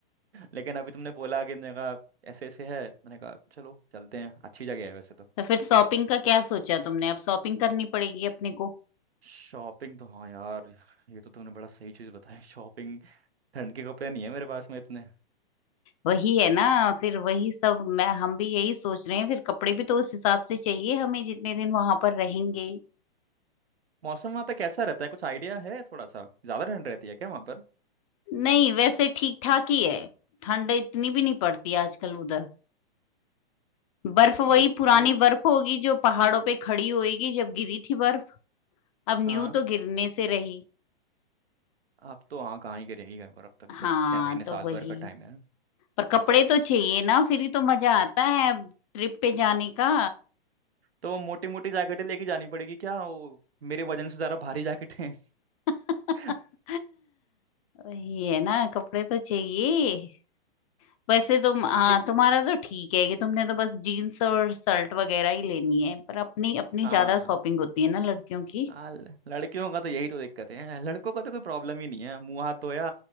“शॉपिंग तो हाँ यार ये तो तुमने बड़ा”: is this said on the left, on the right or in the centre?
Right